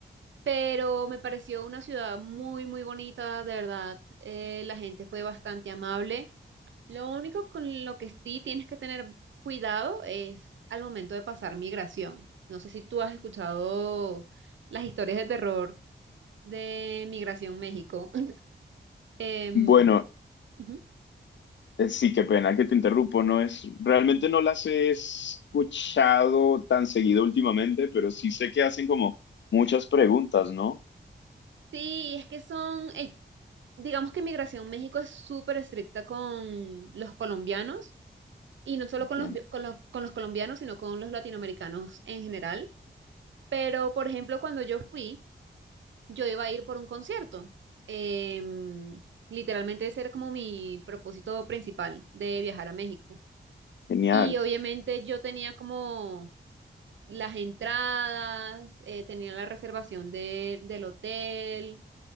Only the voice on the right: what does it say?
pero me pareció una ciudad muy, muy bonita, de verdad. Eh, la gente fue bastante amable. Lo único con lo que sí tienes que tener cuidado es al momento de pasar migración. No sé si tú has escuchado las historias de terror de Migración México. <laughs> Em,
ujú.
Sí, es que son, eh, digamos que Migración México es súper estricta con los colombianos y no solo
con los, vi- con los, con los colombianos, sino con los latinoamericanos en general. Pero, por ejemplo, cuando yo fui, yo iba a ir por un concierto. Em, literalmente ese era como mi propósito principal de viajar a México.
Y obviamente yo tenía como las entradas, eh, tenía la reservación de, del hotel,